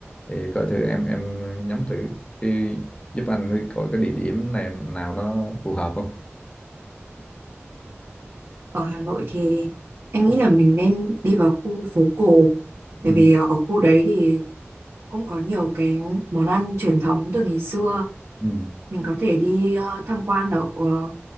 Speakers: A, on the left (about 20°); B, on the right (about 70°).
A: thì coi thử em em nhắm thử đi, giúp anh coi cái địa điểm này nào nó phù hợp không
B: Ở Hà Nội thì em nghĩ là mình nên đi vào khu phố cổ. Bởi
A: ừ,
B: vì ở khu đấy thì cũng có nhiều cái món ăn truyền thống từ ngày xưa.
A: ừ,
B: Mình có thể đi ờ, tham quan ở ờ,